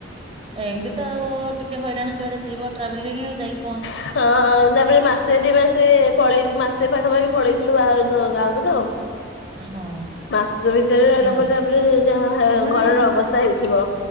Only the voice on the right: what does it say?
ଏମିତି ତ ଆଉ ଟିକେ ହଇରାଣ ଯୁଆଡେ ଯିବ ଟ୍ରାଭ ଲିଙ୍ଗ ଯାଇ
ହଁ।
ହଁ
ହୁଁ